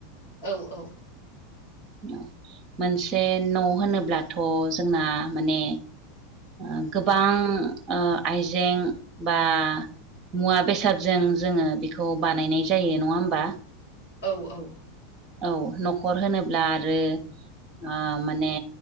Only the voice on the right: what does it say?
औ मोनसे न' होनोब्लाथ' जोंना माने ओ गोबां ओ आइजें बा मुवा बेसादजों जोङो बेखौ बानायनाय जायो नङा होमबा
औ न'खर होनोब्ला आरो ओ माने